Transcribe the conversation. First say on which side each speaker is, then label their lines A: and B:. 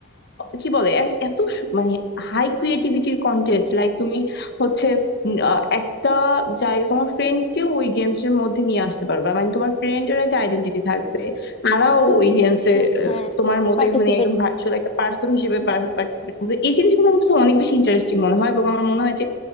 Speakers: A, on the left; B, on the left.
A: কি বলে এ- এত সু- মানে হাই ক্রিয়েটিভিটির কন্টেন্ট লাইক তুমি হচ্ছে উম, আহ, একটা জায়গা তোমার ফ্রেন্ডকেও ওই গেমস এর মধ্যে নিয়ে আসতে পারবে মানে তোমার ফ্রেন্ডের একটা আইডেন্টিটি থাকবে তারাও ওই গেমসে
B: হ্যাঁ হ্যাঁ
A: তোমার মতোই
B: পার্টিসিপেট
A: মানে একদম ভার্চুয়াল একটা পার্সন হিসেবে পার্টিসিপেট করবে এই জিনিসগুলো আমার কাছে অনেক বেশি ইন্টারেস্টিং মনে হয় এবং আমার মনে হয় যে